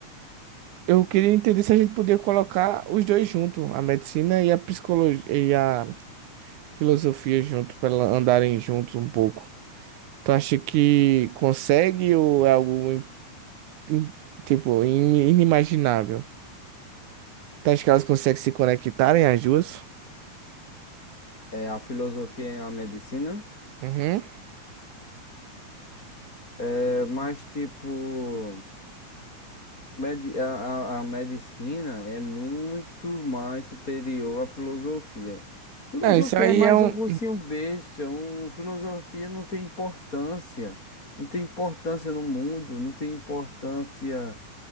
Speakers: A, on the right (about 80°); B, on the left (about 25°).
A: Eu queria entender se a gente podia colocar os dois juntos, a medicina e a psicologia, filosofia junto, para andarem juntos um pouco. Tu acha que consegue ou é algo im- im- tipo im- inimaginável? Tu acha que elas conseguem se conectarem as duas?
B: É, a filosofia é a medicina.
A: Uhum.
B: É, mas tipo. Medi- a, a, a medicina é muito mais superior à filosofia. Filosofia
A: Não, isso aí
B: é mais
A: é um.
B: um cursinho besta, um, filosofia não tem importância, não tem importância no mundo, não tem importância